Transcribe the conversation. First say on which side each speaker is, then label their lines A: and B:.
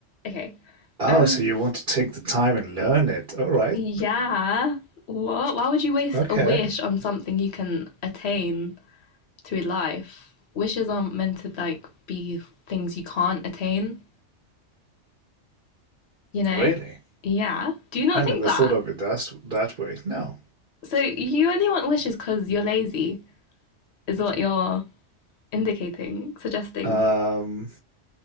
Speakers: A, on the left (about 60°); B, on the right (about 50°).
A: Okay.
B: Oh,
A: Um,
B: so you want to take the time and learn it. All right.
A: Yeah. What? Why would you waste
B: Okay.
A: a wish on something you can attain through life? Wishes aren't meant to like be things you can't attain, you know?
B: Really?
A: Yeah. Do you not
B: I never
A: think that?
B: thought of it that, that way. No.
A: So you only want wishes because you're lazy, is what you're indicating, suggesting.
B: Um,